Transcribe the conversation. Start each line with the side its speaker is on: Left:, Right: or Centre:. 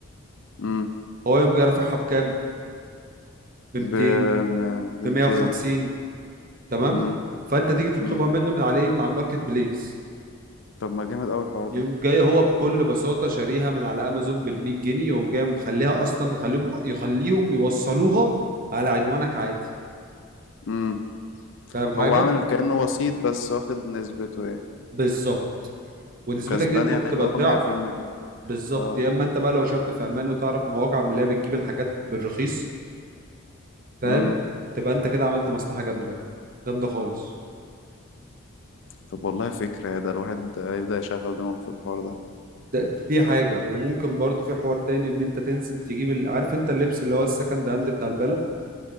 Left: امم
Right: هو يقوم جاي رافعها بكام ب
Left: ب
Right: 200
Left: ب- بميتين
Right: ب 150 تمام
Left: امم
Right: فانت تيجي تطلبها
Left: امم
Right: منه من على ايه من على الماركت بليس
Left: طب ما جامد أوي الحوار
Right: يقوم جاي هو بكل بساطة شاريها من على أمازون بالمية جنيه يقوم جاي مخليها أصلا خليهم يخليهم يوصلوها على عنوانك عادي
Left: ده
Right: فاهم حاجة؟
Left: هو عامل كأنه وسيط بس واخد نسبته يعني
Right: بالظبط ونسبتك
Left: وكسبان
Right: دي
Left: يعني
Right: ممكن تبقى
Left: اللي هو
Right: الضعف
Left: مية في المية
Right: بالظبط
Left: اه
Right: يا إما أنت بقى لو شاب فهمان وتعرف مواقع من اللي هي بتجيب الحاجات بالرخيص فاهم؟
Left: امم
Right: تبقى أنت كده عملت مصلحة جامدة جامدة خالص
Left: طب والله فكرة يا ده الواحد يبدأ يشغل دماغه في الحوار ده
Right: ده دي حاجة وممكن برضو في حوار تاني إن أنت تنزل تجيب ال- عارف أنت اللبس اللي هو السكند هاند بتاع البلد